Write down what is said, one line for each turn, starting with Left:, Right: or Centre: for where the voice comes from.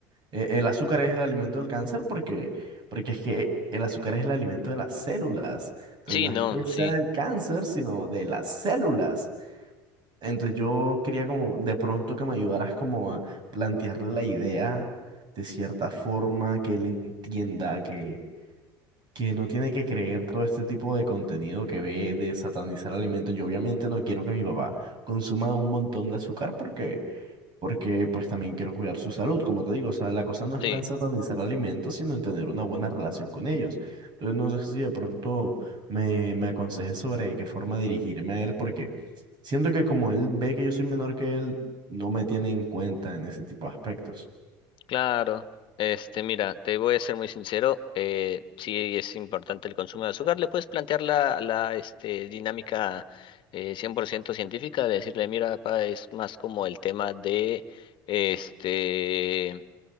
Right: eh, el azúcar es el alimento del cáncer porque, porque es que el azúcar es el alimento de las células, entonces
Left: Sí,
Right: no es
Left: no,
Right: que sea
Left: sí.
Right: del cáncer, sino de las células. Entonces yo quería como de pronto que me ayudaras como a plantearle la idea de cierta forma, que él entienda que, que no tiene que creer todo este tipo de contenido que ve de satanizar alimentos. Yo obviamente no quiero que mi papá consuma un montón de azúcar porque porque pues también quiero cuidar su salud, como te digo, o sea, la cosa no es
Left: Sí.
Right: tan satanizar alimentos, sino en tener una buena relación con ellos. Entonces, no sé si de pronto me, me aconsejes sobre de qué forma dirigirme a él, porque siento que como él ve que yo soy menor que él, no me tiene en cuenta en ese tipo de aspectos.
Left: Claro, este, mira, te voy a ser muy sincero, eh, sí es importante el consumo de azúcar, le puedes plantear la, la este, dinámica eh, 100% científica, de decirle, mira, papá, es más como el tema de, este,